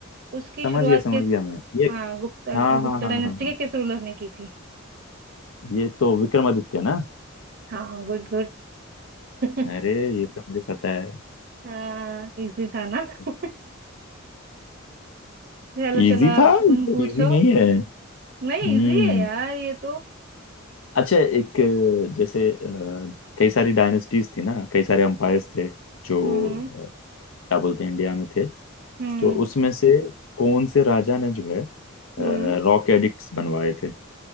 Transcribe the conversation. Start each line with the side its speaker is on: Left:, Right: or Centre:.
Right: उसकी
Left: समझ
Right: शुरुआत
Left: गया समझ
Right: किस
Left: गया मैं ये
Right: हाँ गुप्ता
Left: हाँ
Right: गुप्ता
Left: हाँ हाँ
Right: डायनेस्टी
Left: हाँ हाँ
Right: के किस रूलर ने की थी
Left: ये तो विक्रमादित्य ना
Right: हाँ गुड गुड <laughs>
Left: अरे ये तो मुझे पता है
Right: हाँ इजी था ना <laughs>
Left: <laughs>
Right: चलो
Left: इजी
Right: चलो अब
Left: था इजी
Right: तुम पूछो
Left: नहीं है हम्म
Right: नहीं इजी है यार ये तो
Left: अच्छा एक अ, जैसे अ, कई सारी डायनेस्टीज थी ना कई सारे एम्पायर्स थे जो
Right: हम्म
Left: अ, क्या बोलते हैं इंडिया में थे
Right: हम्म
Left: तो उसमें से कौन से राजा ने जो है
Right: हम्म हम्म।
Left: रॉक एडिक्ट्स बनवाए थे